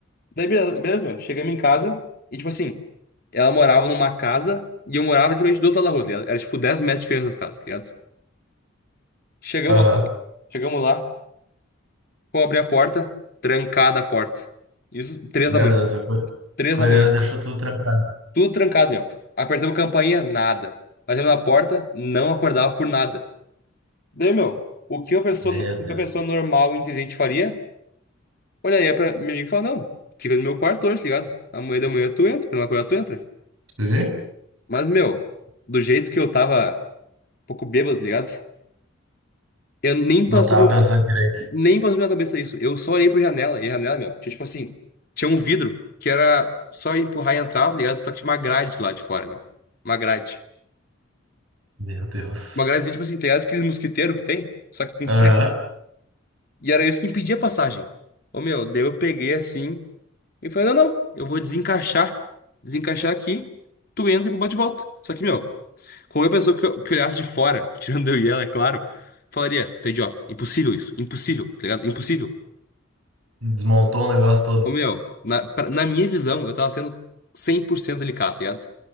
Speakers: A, on the left; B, on the right.
A: Daí, beleza, beleza, meu. Chegamos em casa e, tipo assim, ela morava numa casa e eu morava literalmente do outro lado da rua, tá ligado? Era tipo 10 metros de diferença das casas, tá ligado? Chegamos,
B: Aham.
A: chegamos lá. Vou abrir a porta, trancada a porta. Isso, três
B: Meu
A: da manhã.
B: Deus, o co-
A: Três
B: coreano
A: da manhã.
B: deixou tudo trancado.
A: Tudo trancado, meu. Apertamos a campainha, nada. Batemos na porta, não acordava por nada. Daí, meu, o que uma pessoa,
B: Meu
A: o que
B: Deus.
A: uma pessoa normal e inteligente faria? Olharia pra meu amigo e falaria, não, fica no meu quarto hoje, tá ligado? Amanhã da manhã tu entra, quando ela acordar tu entra.
B: Entendi?
A: Mas, meu, do jeito que eu tava um pouco bêbado, tá ligado? Eu nem
B: Não
A: passou
B: tava pensando direito.
A: Nem passou pela minha cabeça isso. Eu só olhei pra janela, e a janela, meu, tinha tipo assim, tinha um vidro que era só empurrar e entrar, tá ligado? Só que tinha uma grade lá de fora, meu. Uma grade.
B: Meu Deus.
A: Uma grade, tipo assim, tá ligado? Aquele mosquiteiro que tem, só que com
B: Aham.
A: ferro. E era isso que impedia a passagem. Ô, meu, daí eu peguei assim e falei, não, não, eu vou desencaixar. Desencaixar aqui, tu entra e bate e volta. Só que, meu, qualquer pessoa que, que olhasse de fora, <laughs> tirando eu e ela, é claro, falaria, tu é idiota. Impossível isso, impossível, tá ligado? Impossível.
B: Desmontou o negócio todo.
A: Ô, meu, na, pra- na minha visão, eu tava sendo 100% delicado, tá ligado?